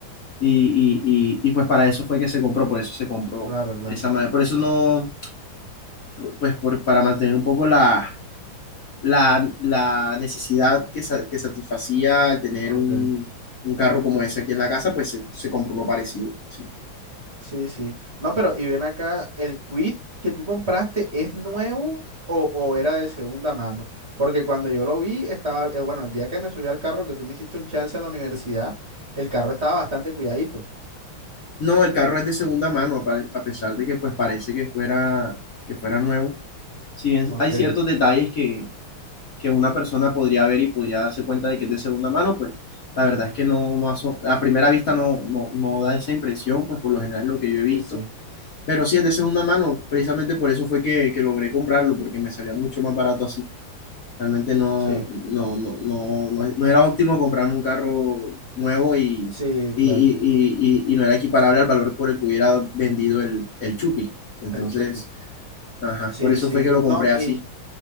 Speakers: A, on the left (about 45°); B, on the right (about 35°).
A: y, y, y, y pues para eso fue que se compró, por eso se compró
B: claro, claro,
A: de esa manera. Por eso no, pues por, para mantener un poco la la, la necesidad que, sa- que satisfacía tener
B: ok.
A: un, un carro como ese aquí en la casa, pues se, se compró uno parecido, sí.
B: Sí, sí. No, pero y ven acá, ¿el quit que tú compraste es nuevo o, o era de segunda mano? Porque cuando yo lo vi, estaba, eh, bueno, el día que me subí al carro, que tú me hiciste un chance a la universidad, el carro estaba bastante cuidadito.
A: No, el carro es de segunda mano, a pa- a pesar de que pues parece que fuera, que fuera nuevo. Si bien
B: Ok,
A: hay ciertos detalles que, que una persona podría ver y podría darse cuenta de que es de segunda mano, pues la verdad es que no, no aso- a primera vista no, no, no da esa impresión, pues por lo general es lo que yo
B: sí,
A: he visto.
B: sí,
A: Pero sí es de segunda mano, precisamente por eso fue que, que logré comprarlo, porque me salía mucho más barato así. Realmente no,
B: sí,
A: no, no, no, no, no era óptimo comprarme un carro nuevo y,
B: sí,
A: y,
B: claro,
A: y- y- y- y no era equiparable al valor por el que hubiera vendido el, el Chupi. Entonces,
B: el chupi.
A: ajá,
B: Sí,
A: por eso
B: sí.
A: fue que lo
B: No,
A: compré así.
B: y,